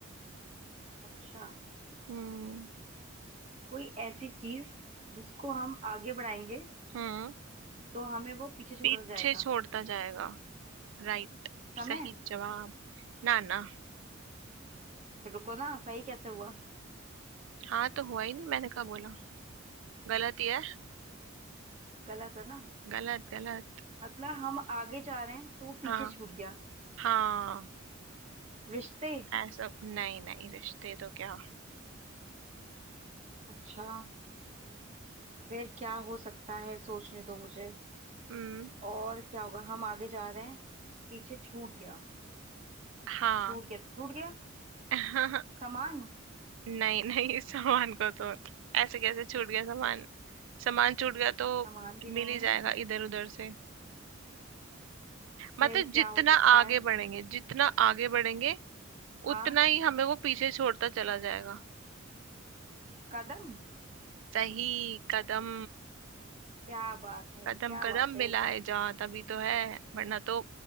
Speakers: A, on the right; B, on the right.
A: अच्छा
B: हम्म
A: कोई ऐसी चीज जिसको हम आगे बढ़ाएंगे
B: हम्म
A: तो हमें वो पीछे छोड़ता
B: पीछे
A: जाएगा
B: छोड़ता जाएगा राइट
A: समय
B: सही जवाब ना ना
A: रुको ना सही कैसे हुआ
B: हाँ तो हुआ ही नहीं मैंने कहा बोला गलत ही है
A: गलत है ना
B: गलत गलत
A: मतलब हम आगे जा रहे हैं तो वो पीछे
B: हाँ
A: छूट गया
B: हाँ
A: रिश्ते
B: ऐसा नहीं नहीं रिश्ते तो क्या
A: अच्छा फिर क्या हो सकता है सोचने दो मुझे
B: हम्म
A: और क्या होगा हम आगे जा रहे हैं पीछे छूट गया
B: हाँ
A: छूट गया तो छूट गया
B: <laughs>
A: सामान
B: नहीं नहीं सामान को तो ऐसे कैसे छूट गया सामान सामान छूट गया तो
A: सामान भी नहीं
B: मिल ही
A: है
B: जाएगा इधर उधर से मतलब
A: फिर क्या
B: जितना
A: हो सकता
B: आगे
A: है
B: बढ़ेंगे जितना आगे बढ़ेंगे
A: हाँ
B: उतना ही हमें वो पीछे छोड़ता चला जाएगा
A: कदम
B: सही कदम
A: क्या बात है
B: कदम
A: क्या
B: कदम
A: बात है
B: मिलाए जा तभी तो है वरना तो